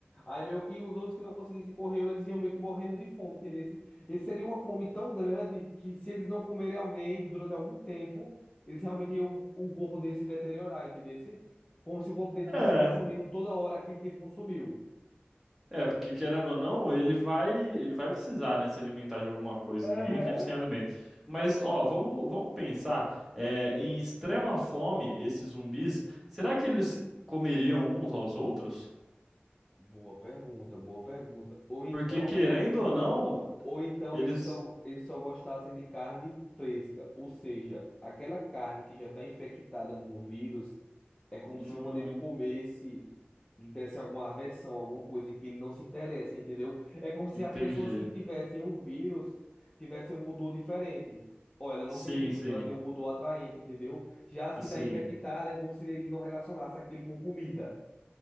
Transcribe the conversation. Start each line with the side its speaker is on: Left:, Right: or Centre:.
Left: Aí meio que os outros que não conseguissem correr, eles iam meio que morrendo de fome, entendeu? Esse, esse seria uma fome tão grande que se eles não comerem alguém durante algum tempo, eles realmente iam o corpo deles se deteriorar, entendeu? Como se o corpo dele estivesse
Centre: É.
Left: consumindo toda hora aquilo que ele consumiu.
Centre: É, porque querendo ou não, ele vai, ele vai precisar, né, se alimentar de alguma coisa.
Left: Aham.
Centre: Ninguém vive sem alimento. Mas, ó, vamos, vamos pensar, é, em extrema fome, esses zumbis, será que eles comeriam uns aos outros?
Left: Boa pergunta, boa pergunta. Ou então,
Centre: Porque querendo
Left: quando ele
Centre: ou
Left: com...
Centre: não,
Left: ou então
Centre: eles
Left: eles só eles só gostassem de carne fresca, ou seja, aquela carne que já está infectada com o vírus, é como
Centre: não
Left: se quando ele comesse lhe desse alguma aversão, alguma coisa que ele não se interessa, entendeu? É como se
Centre: entendi.
Left: as pessoas que tivessem o vírus tivessem um odor diferente. Ó, ela não
Centre: Sim,
Left: tem vírus,
Centre: sim,
Left: ela tem um odor atraente, entendeu? Já as que
Centre: sim.
Left: está infectada é como se ele não relacionasse aquilo com comida.